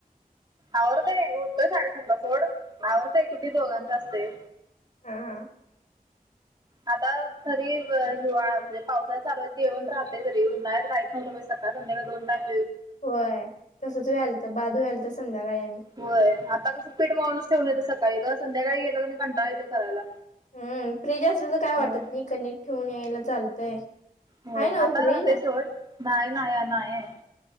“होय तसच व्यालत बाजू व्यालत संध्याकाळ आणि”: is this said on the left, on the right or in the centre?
Left